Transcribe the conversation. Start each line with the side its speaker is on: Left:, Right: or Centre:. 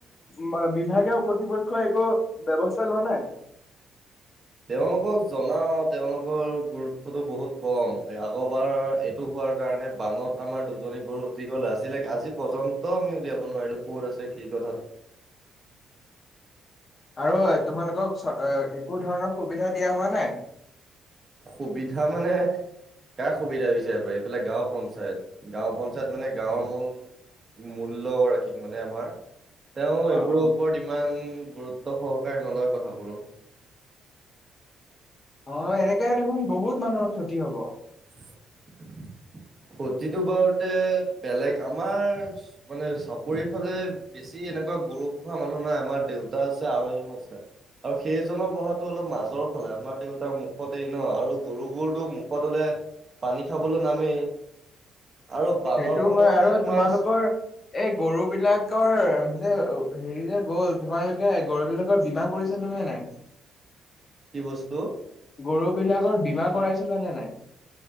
Left: ম বিভাগীয় কৰ্তৃপক্ষই একো ব্যৱস্থা লোৱা নাই।
Right: <inaudible> তেওঁলোকক জনাওঁ তেওঁলোকৰ গুৰুত্বটো বহুত কম আগৰবাৰ এইটো হ কাৰণে বানত আমাৰ দুজনী গৰু দীঘল আছিলে আজি পৰ্যন্ত আমি উলিয়াব নোৱাৰিলো ক'ত আছে কি কথাত <inaudible>
Left: আৰু তোমালোকক চা একো ধৰণৰ সুবিধা দিয়া হোৱা নাই।
Right: সুবিধা মানে। কা সুবিধা বিচাৰিব পাৰি। এইফালে গাঁও পঞ্চায়ত, গাঁও পঞ্চায়ত মানে গাঁওৰ মূল। মূল্ল গৰাকীক মানে আমাৰ তেওঁ এইবোৰৰ
Left: অ' অ'।
Right: ওপৰত ইমান গুৰুত্ব সহকাৰে নলয় কথাবোৰো।
Left: অ এনেকে দেখোন বহুত মানুহৰ ক্ষতি হ'ব।
Right: <unintelligible> প্ৰতিটো বাৰতে বেলেগ আমাৰ মানে চাপৰি ফালে বেছি। তেনেকুৱা গৰু পোহা মানুহ নাই আমাৰ দেউতা আছে আৰু এজন আছে। আৰু সেইজনৰ বহাটো অলপ মাজৰ ফালে আমাৰ দেউতাৰ মুখতে ন আৰু গৰুবোৰটো মুখত হ'লে। পানী খাবলৈ নামেই। আৰু বানৰ
Left: সেইটো
Right: সময়ত
Left: হয় আৰু
Right: মানে তোমাৰ
Left: তোমালোকৰ এই গৰু বিলাকৰ যে। হেৰি যে গ'ল তোমালোকে ঘৰবিলাকৰ বীমা কৰিছিলেনে নাই।
Right: কি বস্তু অ
Left: গৰু বিলাকৰ বীমা কৰাইছিলা নে নাই।